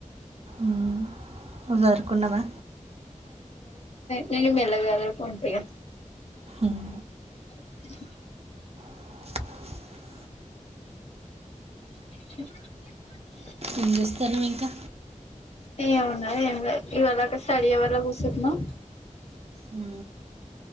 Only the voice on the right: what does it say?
ఊమ్ నువ్ సదురుకున్నావా
ఊమ్
<unintelligible>
ఏం చేస్తాన్నవ్ ఇంకా
హు